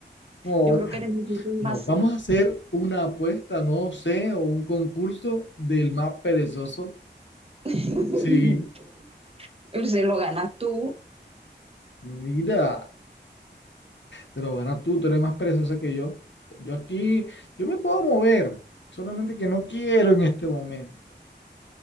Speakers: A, on the left (about 75°); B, on the right (about 30°).
A: no,
B: Yo creo que necesito
A: no.
B: más.
A: Vamos a hacer una apuesta, no sé, o un concurso del más perezoso.
B: <laughs>
A: Sí,
B: Se lo ganas tú,
A: mira, te lo ganas tú, tú eres más perezosa que yo. Yo aquí, yo me puedo mover, solamente que no quiero en este momento.